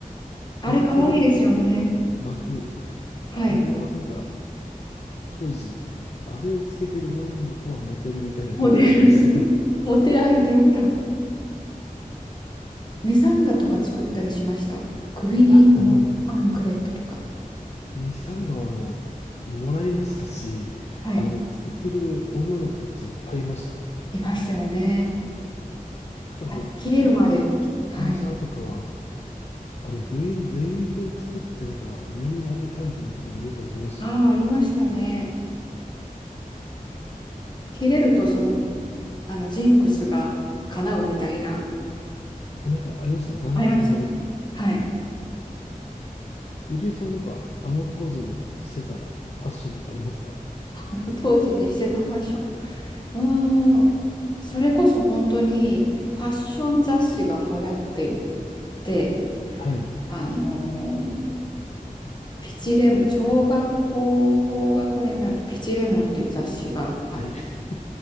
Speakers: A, on the left; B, on the left.
A: あ、
B: ぶら下げるとり
A: あれかわいいですよね。
B: 巻く。
A: はい。
B: あれはなんか当時、あれをつけてる女の子はモテるみたいな感じがありましたね。
A: モデル <laughs> モテアイテムだ。ミサンガとか作ったりしました。首に、
B: <laughs> あ、
A: あの、
B: あの、
A: アンクレットとか。
B: ミサンガはあの、もらいましたし、
A: はい。
B: あの、作ってる女の子たちいっぱいいました。
A: いましたよね。
B: なんかあの、
A: あれ、切れるまで。
B: サッカーの
A: はい。
B: マネージャーとかは、あの、部員全員分作って、なんか部員にあげたみたいなこともよくやってましたね。
A: ああ、ありましたね。切れると、その、あの、ジンクスが叶うみたいな、
B: あ、なんかありましたね。願掛けの
A: ありましたよね。はい。
B: ゆりえさんなんか、あの当時にしてたファッションとかありますか
A: <laughs> 当時にしてたファッション。うーん。それこそ本当にファッション雑誌が流行っていて、
B: はい。
A: あのーピチレモン、小学校高学年になるとピチレモンっていう雑誌があっ、
B: はい。<laughs>